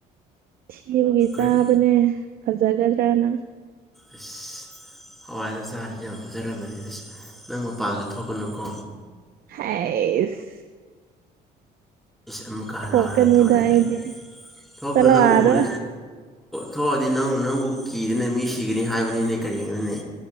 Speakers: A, on the right; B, in the centre.
A: ꯊꯤꯕꯒꯤ ꯆꯥꯕꯅꯦ
B: ꯑꯩꯈꯣꯏ
A: ꯐꯖꯒꯗ꯭ꯔꯅ
B: ꯑꯁ ꯍꯋꯥꯏꯗꯣ ꯆꯥꯔꯗꯤ ꯌꯥꯝ ꯐꯖꯔꯝꯃꯅꯤ ꯑꯁ ꯅꯪ ꯃꯄꯥꯡꯒ ꯊꯣꯛꯀꯅꯨꯀꯣ
A: ꯑꯥꯏꯁ
B: ꯑꯃꯨꯛꯀ ꯍꯔꯥꯎꯔꯒ
A: ꯊꯣꯛꯀꯅꯤꯗ
B: ꯇꯧꯔꯦꯅꯦ
A: ꯑꯩꯗꯤ
B: ꯊꯣꯛꯒꯅꯨ
A: ꯆꯠꯂꯣ
B: ꯅꯪ
A: ꯑꯥꯗ
B: ꯎꯔ ꯊꯣꯛꯑꯗꯤ ꯅꯪ ꯅꯪꯕꯨ ꯀꯤꯗꯅ ꯃꯤ ꯁꯤꯒꯅꯤ ꯍꯥꯏꯕꯅꯤꯅꯦ ꯀꯔꯤꯅꯣꯅꯦ